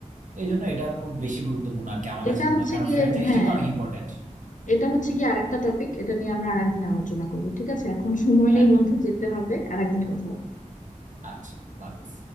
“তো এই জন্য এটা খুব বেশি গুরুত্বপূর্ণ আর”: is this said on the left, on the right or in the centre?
Right